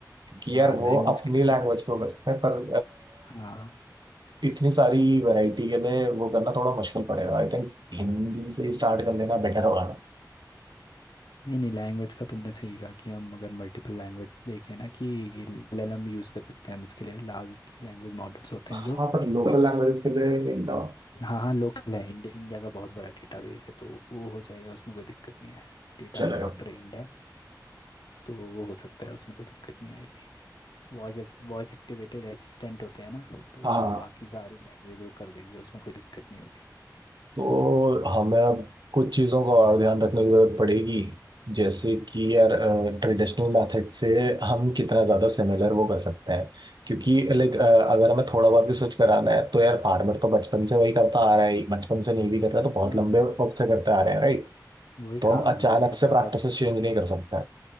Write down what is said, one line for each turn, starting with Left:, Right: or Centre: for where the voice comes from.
Right: क्योंकि
Left: हाँ
Right: यार वो
Left: लैंग्वेज
Right: अपनी
Left: के
Right: लैंग्वेज पे बसते हैं पर
Left: हाँ
Right: इतनी सारी वैरायटी के लिए वो करना थोड़ा मुश्किल पड़ेगा आई थिंक हिंदी से ही स्टार्ट कर लेना बेटर होगा
Left: नहीं नहीं लैंग्वेज का तुमने सही कहा कि हम अगर मल्टीपल लैंग्वेज देखें ना कि एलएलएम यूज़ कर सकते हैं हम इसके लिए लार्ज लैंग्वेज मॉडल्स होते
Right: हाँ
Left: हैं जो
Right: पर लोकल लैंग्वेजेस के लिए इनका
Left: हाँ हाँ लोकल है इंडिया इंडिया का बहुत बड़ा डेटाबेस है तो वो हो जाएगा उसमें कोई दिक्कत नहीं है डेटाबेस
Right: चलेगा
Left: बहुत ट्रेंड है तो वो हो सकता है उसमें कोई दिक्कत नहीं आएगी वॉइस वॉइस एक्टिवेटेड असिस्टेंट होते हैं ना तो वो
Right: हाँ
Left: बाकी सारी लैंग्वेज वो कर देंगे उसमें कोई दिक्कत नहीं होगी
Right: तो हमें अब कुछ चीज़ों का और ध्यान रखने की जरूरत पड़ेगी जैसे कि यार ट्रेडिशनल मेथड से हम कितना ज़्यादा सिमिलर वो कर सकते हैं क्योंकि लाइक अगर हमें थोड़ा बहुत भी स्विच कराना है तो यार फार्मर तो बचपन से वही करता आ रहा है बचपन से नहीं भी करता तो बहुत
Left: हाँ
Right: लंबे वक्त से करते आ रहे हैं राइट
Left: वही
Right: तो
Left: काम
Right: हम
Left: है
Right: अचानक
Left: ना, मैंने कहा
Right: से
Left: ज़्यादा
Right: प्रैक्टिसेस
Left: हम्म,
Right: चेंज नहीं कर सकते